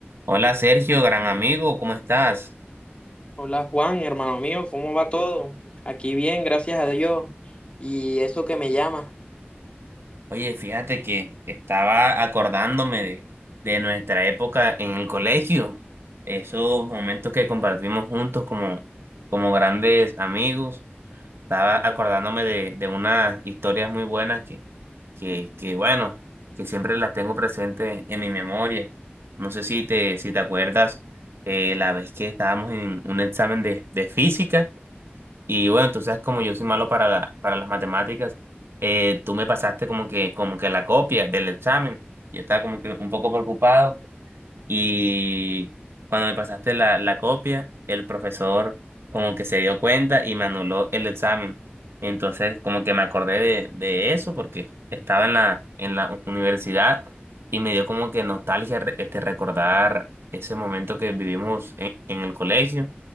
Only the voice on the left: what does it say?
Hola Juan, hermano mío, ¿cómo va todo? Aquí bien, gracias a Dios. Y eso que me llama.